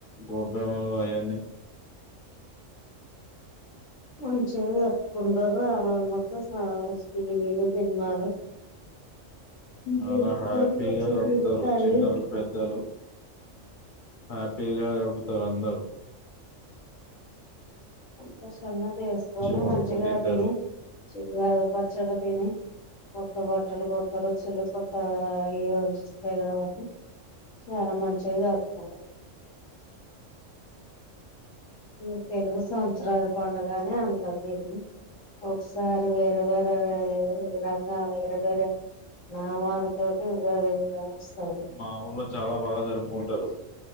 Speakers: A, on the left; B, on the left.
A: గోబ్బెమ్మలు అయన్నీ.
B: మంచిగా జరుపుకుంటరు. ఆ రోజు మొత్తం స్నానాలు, టీవీలు, సినిమాలు.
A: చాలా
B: చూసుకొని
A: హ్యాపీగా
B: మంచిగా
A: గడుపుతరు
B: తిని తాగి
A: చిన్నలు పెద్దలు. హ్యాపీగా గడుపుతరు అందరుూ
B: సంతోషంగా చేస్కొని,
A: వండుకొని
B: మంచిగా
A: తింటారు
B: తిని, చి ఉగాది పచ్చడి తిని కొత్త బట్టలు కొత్త రుచులు కొత్త ఆ ఇయో వచిస్తాయి కాబట్టి చాలా మంచిగా జరుపుకుంటర్. ఉ తెలుగు సంవత్సరాది పండగనే అంటరు దీన్నీ. ఒకసారి వేరే వేరే వేరే రంగ వేరే వేరే నామాలతోటి ఉగాది. వస్తది
A: మా ఊర్లో చాలా బాగా జరుపుకుంటారు.